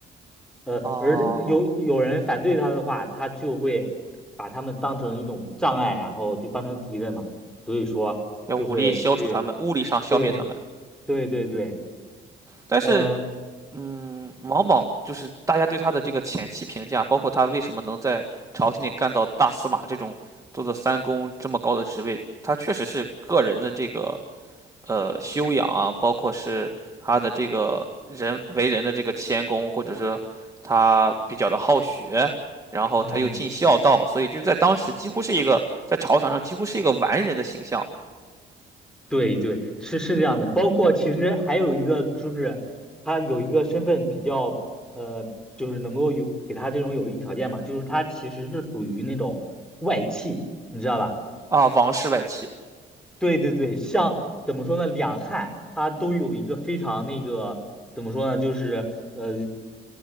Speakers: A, in the centre; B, on the right (about 15°).
A: 呃，
B: 哦，
A: 而这有有人反对他的话，他就会把他们当成一种障碍，然后就当成敌人嘛，所以说就会去，
B: 要武力消除他们，物理上消灭他们，
A: 对，对对对，
B: 但是
A: 嗯
B: 嗯，王莽就是大家对他的这个前期评价，包括他为什么能在朝廷里干到大司马这种做到三公这么高的职位，他确实是个人的这个呃修养啊，包括是他的这个人为人的这个谦恭，或者是他比较的好学，然后他又尽孝道，
A: 嗯，
B: 所以就是在当时几乎是一个在朝堂上几乎是一个完人的形象
A: 对对，是是这样的。包括其实还有一个就是，他有一个身份比较，呃，就是能够有给他这种有利条件嘛，就是他其实是属于那种外戚，你知道吧？
B: 啊，王室外戚，
A: 对对对，像怎么说呢，两汉它都有一个非常那个怎么说呢，就是呃